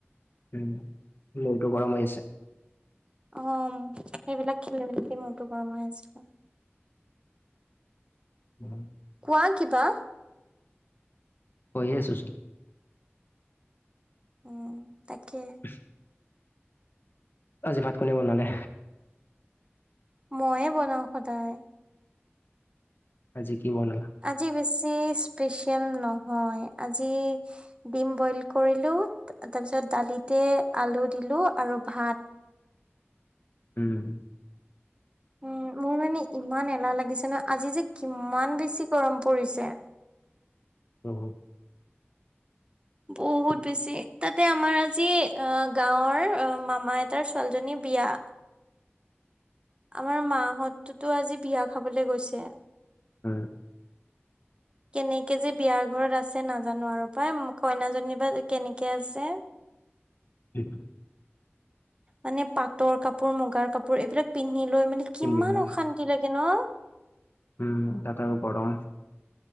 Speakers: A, on the left (about 55°); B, on the right (about 25°).
A: উম, মূৰতো গৰম হৈ আছে।
B: অ', সেইবিলাক খেলি মেলিতে মোৰতো গৰম হৈ আছিলে।
A: <inaudible>
B: কোৱা কিবা।
A: কৈয়ে আছোঁচোন।
B: উম, তাকে।
A: <unintelligible> আজি ভাত কোনে বনালে?
B: মইয়ে বনাওঁ সদায়।
A: আজি কি বনালা?
B: আজি বেছি স্পেচিয়েল নহয়, আজি ডিম বইল কৰিলোঁ, তাৰপিছত দালিতে আলু দিলোঁ আৰু ভাত।
A: উম।
B: উম, মোৰ মানে ইমান এলাহ লাগিছে ন, আজি যে কিমান বেছি গৰম পৰিছে।
A: উম।
B: বহুত বেছি, তাতে আমাৰ আজি অ, গাঁৱৰ মামা এটাৰ ছোৱালীজনীৰ বিয়া। আমাৰ মাহঁততো আজি বিয়া খাবলৈ গৈছে।
A: উম।
B: কেনেকে যে বিয়াৰ ঘৰত আছে নাজানো আৰু, পাই কইনাজনী বা কেনেকে আছে।
A: উম।
B: মানে পাটৰ কাপোৰ, মুগাৰ কাপোৰ এইবিলাক পিন্ধি লৈ মানে
A: তিনদিনৰ
B: কিমান অশান্তি লাগে ন।
A: উম, তাত আৰু গৰম।